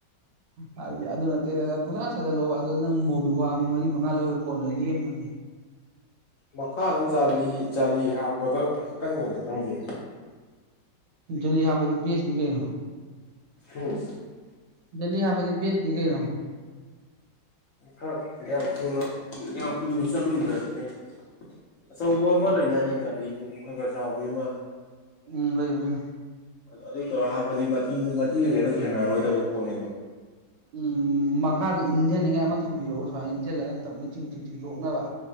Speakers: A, on the right (about 75°); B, on the left (about 60°).
A: ꯍꯥꯏꯗꯤ ꯑꯗꯨ ꯅꯠꯇꯦ ꯄꯨꯩꯁꯥ ꯁꯥꯖꯜꯂꯛꯑꯣ ꯑꯗꯨꯣ ꯅꯪ ꯃꯨꯕꯤ ꯋꯥ ꯃꯔꯤ ꯃꯉꯥ ꯂꯧ ꯀꯣꯟꯅ ꯂꯦꯝꯅꯦ
B: ꯃꯈꯥꯗ ꯖ ꯖꯥꯂꯤ ꯍꯥꯞꯄꯗ ꯀꯟꯒꯗ꯭ꯔꯥ ꯈꯪꯗꯦ
A: ꯑꯦ ꯌꯥ ꯄꯗꯤ ꯦꯁꯅꯤ ꯀꯩꯩꯅꯣ
B: ꯎꯝ
A: ꯖꯂꯤ ꯍꯥ ꯄꯗꯤ ꯕꯦꯁꯅꯤ ꯀꯩꯅ
B: ꯈꯛ ꯌꯥꯝ ꯊꯨꯅ ꯌꯥꯝ ꯀꯨꯏꯅ ꯆꯠꯂꯨꯗ꯭ꯔꯁꯨꯅꯦ ꯑꯆꯧꯕ ꯑꯃ ꯂꯩꯗꯥꯅꯦ ꯆꯂꯤ ꯈꯔ ꯈꯔ ꯆꯥꯎꯕꯤ ꯑꯃ
A: ꯎꯝ ꯂꯩꯕꯅꯦ
B: ꯑꯗꯨ ꯇꯧꯔꯒ ꯍꯥꯞꯄꯗꯤ ꯃꯊꯤꯟ ꯃꯊꯤꯒ ꯀꯩꯔꯣ ꯁꯦꯡꯅꯔꯔꯣꯏꯗꯕ ꯄꯣꯠꯅꯦꯕ
A: ꯎꯝ ꯃꯈꯥꯗ ꯏꯟꯖꯟ ꯊꯝꯕꯤꯔꯑꯣꯕ ꯁꯨꯃꯥꯏꯅ ꯏꯟꯁꯤꯜꯂꯒ ꯇꯞꯅ ꯆꯤꯡ ꯆ ꯆꯤꯡꯊꯣꯛꯅꯕ